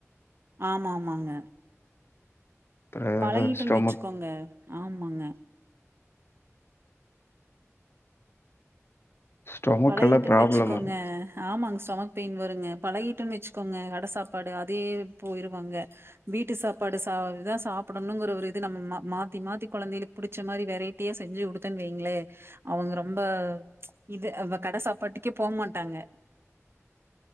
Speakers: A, on the right; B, on the left.
A: ஆமா ஆமாங்க
B: அப்றோ
A: பழகிட்டுன்னு
B: ஸ்டொமக்
A: வெச்சுக்கோங்க ஆமாங்க
B: ஸ்டொமக்கெல்லா
A: பழகிட்டுன்னு
B: ப்ராப்ளம்
A: வெச்சுக்கோங்க
B: வரு
A: ஆமாங்க ஸ்டொமக் பெயின் வருங்க பழகிட்டுன்னு வெச்சுக்கோங்க கட சாப்பாடு அதே போயிருவாங்க வீட்டு சாப்பாடு சா இதான் சாப்புடணுங்கிற ஒரு இது நம்ம மாத்தி மாத்தி கொழந்தைகளுக்கு புடிச்ச மாரி வெரைட்டியா செஞ்சு குடுத்தன்னு வைங்களே அவங்க ரொம்ப இது அ கட சாப் பாட்டுக்கே போ மாட்டாங்க